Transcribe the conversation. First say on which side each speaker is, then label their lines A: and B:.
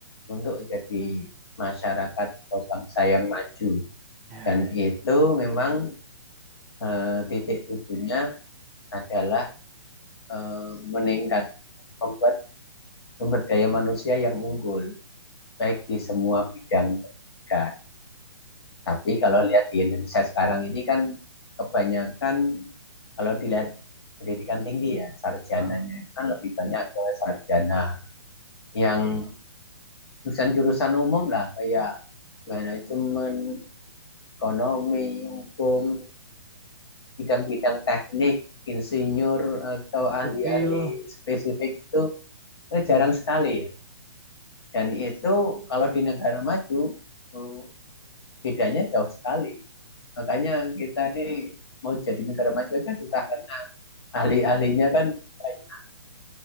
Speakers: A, on the left (about 60°); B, on the right (about 25°).
A: untuk jadi masyarakat atau bangsa yang maju.
B: ya
A: Dan itu memang eh, titik tujuannya adalah eh, meningkat membuat sumber daya manusia yang unggul baik di semua bidang pendidikan. Tapi kalau lihat di Indonesia sekarang ini kan kebanyakan kalau dilihat pendidikan tinggi ya sarjananya
B: nah,
A: kan lebih banyak ke sarjana yang jurusan-jurusan umum lah kayak manajemen, ekonomi, hukum, bidang-bidang teknik, insinyur atau
B: sipil
A: ahli-ahli spesifik itu eh, jarang sekali ya. Dan itu kalau di negara maju eh, bedanya jauh sekali. Makanya kita ini mau jadi negara maju aja susah kan. Ahli-ahlinya kan banyak.